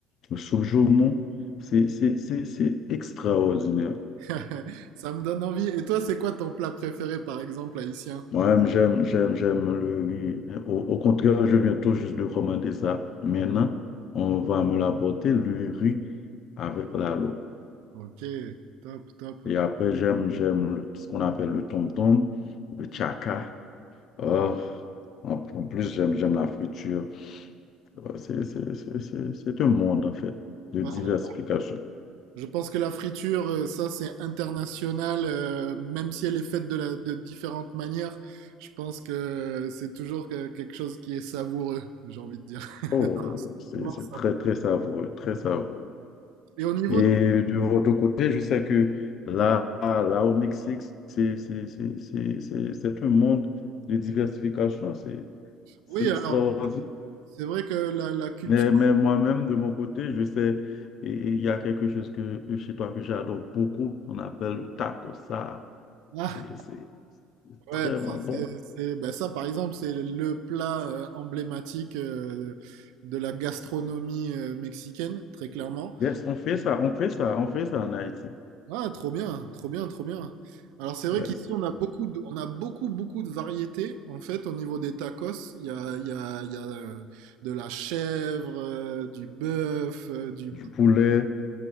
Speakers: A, on the left; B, on the right.
A: le soupe jaumon. C'est c'est- c'est- c'est extraordinaire.
B: <laughs> Ça me donne envie. Et toi, c'est quoi ton plat préféré, par exemple, haïtien?
A: Moi, j'aime, j'aime, j'aime le riz. Au, au contraire, je viens tout juste de commander ça. Maintenant, on va me l'apporter, le riz avec la l'eau.
B: Ok, top, top.
A: Et après, j'aime, j'aime le- ce qu'on appelle le tom-tom, le chaka. Oh, en, en plus, j'aime, j'aime la friture. Oh, C'est, c'est, c'est, c'est, c'est un monde, en fait, de
B: Voilà.
A: diversification.
B: Je pense que la friture, euh, ça, c'est international, euh, même si elle est faite de, la- de différentes manières. Je pense que c'est toujours que- quelque chose qui est savoureux, j'ai envie de dire.
A: Oh, c'est,
B: voir
A: c'est
B: ça.
A: très, très savoureux, très savoureux.
B: Et au niveau
A: Et
B: de-
A: de votre côté, je sais que là, là au Mexique, c'est c'est- c'est- c'est- c'est- c'est un monde de diversification, c'est c'est
B: Oui,
A: extraordinaire.
B: alors, c'est vrai que la, la culture...
A: Mais, mais moi-même, de mon côté, je sais, et- et il y a quelque chose que, chez toi que j'adore beaucoup, on appelle le taco, ça,
B: Ah,
A: c'est c'est très
B: ouais, ça,
A: bon.
B: c'est, c'est- ben ça, par exemple, c'est le plat euh, emblématique euh, de la gastronomie euh, mexicaine, très clairement.
A: Yes, on fait ça, on fait ça, on fait ça en Haïti.
B: Ah, trop bien, trop bien, trop bien. Alors, c'est vrai
A: Yes.
B: qu'ici, on a beaucoup de, on a beaucoup, beaucoup de variétés. En fait, au niveau des tacos, il y a, il y a, il y a euh, de la chèvre, euh, du bœuf, euh, du...
A: Du
B: pou-
A: poulet.